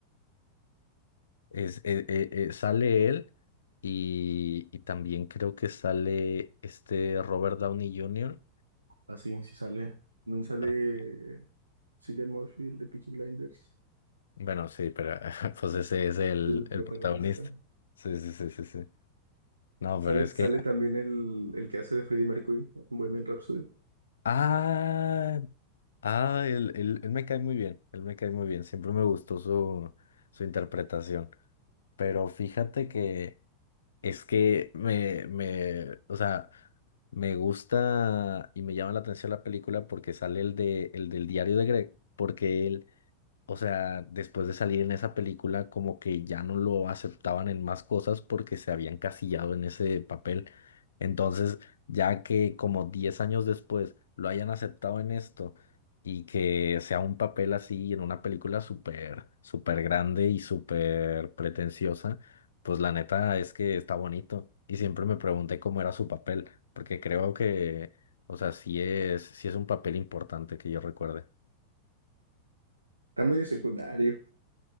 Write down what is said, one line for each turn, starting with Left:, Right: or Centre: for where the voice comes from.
Left: Es, e- e- e- sale él y, y también creo que sale este Robert Downey Jr.
Right: Así, si sale. También sale
Left: Ah,
Right: Cillian Murphy, el de Peaky Blinders,
Left: Bueno, sí, pero <laughs> pues ese es el,
Right: el protagonista.
Left: el protagonista. Sí, sí, sí, sí, sí. No,
Right: Sale,
Left: pero es
Right: sale
Left: que...
Right: también el, el que hace de Freddie Mercury, en Bohemian Rhapsody.
Left: Ah, Ah, él, él- él me cae muy bien, él me cae muy bien, siempre me gustó su, su interpretación, pero fíjate que es que me, me, o sea, me gusta y me llama la atención la película porque sale el de, el del diario de Greg, porque él o sea, después de salir en esa película, como que ya no lo aceptaban en más cosas porque se habían casillado en ese papel. Entonces, ya que como 10 años después lo hayan aceptado en esto y que sea un papel así en una película súper, súper grande y súper pretenciosa, pues la neta es que está bonito. Y siempre me pregunté cómo era su papel, porque creo que, o sea, sí es, sí es un papel importante que yo recuerde.
Right: Está medio secundario.